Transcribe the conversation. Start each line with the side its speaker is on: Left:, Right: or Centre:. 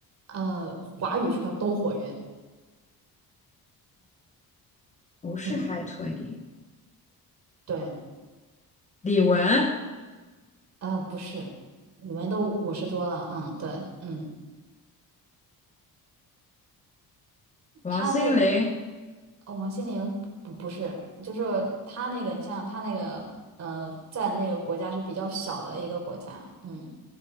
Right: 呃，华语圈都活跃，
Left: 不是海豚音，
Right: 嗯，对，
Left: 李玟、
Right: 呃，不是，李玟都五十多了，嗯，对，嗯，他那
Left: 王心凌，
Right: 哦王心凌不不是，就是他那个，你想想他那个，呃，在那个国家是比较小的一个国家，嗯，